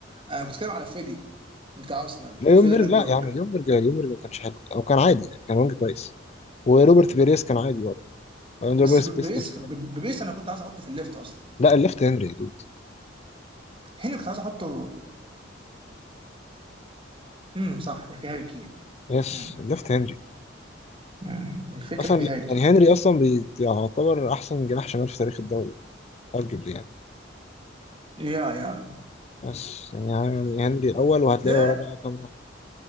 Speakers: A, on the right (about 25°); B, on the left (about 35°).
A: انا كنت هتكلم على فريدي بتاع ارسنال
B: لا
A: فريدي
B: يومبرج
A: لانجبرج
B: لا يا عم يومبرج يومبرج ما كانش حلو او كان عادي يعني كان وينج كويس وروبرت بيريس كان عادي برضه وأنا
A: بس
B: روبرت
A: ببيس
B: بيريس كان شمال
A: ببيس انا كنت عايز احطه في الليفت اصلا
B: لا الليفت هنري يا دود
A: هني كنت عايز احطه امم صح ده في هاري كين
B: يس
A: امم
B: الليفت هنري
A: أمم، الفكره
B: اصلا
A: ان في هاري كين
B: يعني هنري اصلا بيعتبر احسن جناح شمال في تاريخ الدوري ارجبلي يعني.
A: يا يا
B: بس يعني يعني هنري الأول وهتلاقي
A: لا
B: وراه بقى كام واحد.